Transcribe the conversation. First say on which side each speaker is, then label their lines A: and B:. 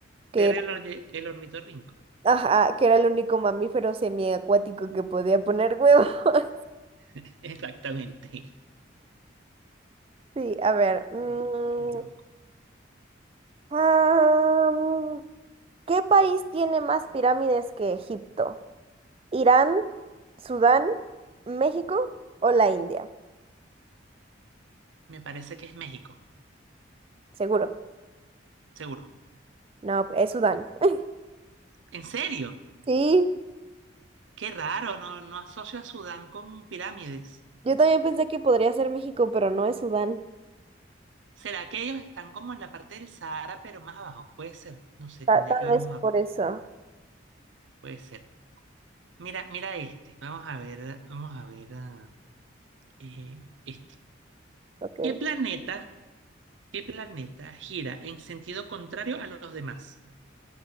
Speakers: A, on the right; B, on the right.
A: que
B: Pero
A: era,
B: el, orni- el ornitorrinco.
A: ajá, que era el único mamífero semiacuático que podía poner huevo. <laughs>
B: <laughs> Exactamente.
A: Sí, a ver. mm,
B: Qué, qué loco.
A: ah, mm, ¿qué país tiene más pirámides que Egipto? Irán, Sudán, México o la India.
B: Me parece que es México,
A: Seguro.
B: seguro.
A: No, es Sudán. <laughs>
B: ¿En serio?
A: Sí,
B: Qué raro, no, no asocio a Sudán con pirámides.
A: yo también pensé que podría ser México, pero no es Sudán.
B: ¿Será que ellos están como en la parte del Sahara, pero más abajo? Puede ser. No sé,
A: Ta-
B: tendría
A: tal
B: que ver
A: vez
B: un mapa.
A: por eso.
B: Puede ser. Mira, mira este. Vamos a ver, vamos a ver ah, eh, este.
A: Ok.
B: ¿Qué planeta ¿Qué planeta gira en sentido contrario a los demás?